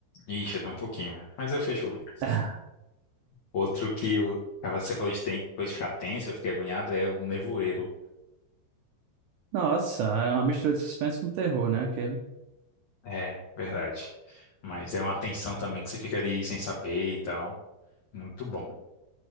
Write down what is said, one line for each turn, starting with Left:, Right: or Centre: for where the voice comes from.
Left: Ixi, até um pouquinho. Mas eu fecho o olho.
Right: <laughs>
Left: Outro que eu, ah, você falou de, ten, foi de ficar tenso, eu fiquei agoniado, é o Nevoeiro.
Right: Nossa, é uma mistura de suspense com terror, né? Aquele.
Left: É, verdade. Mas é uma tensão também que você fica ali sem saber e tal. Muito bom.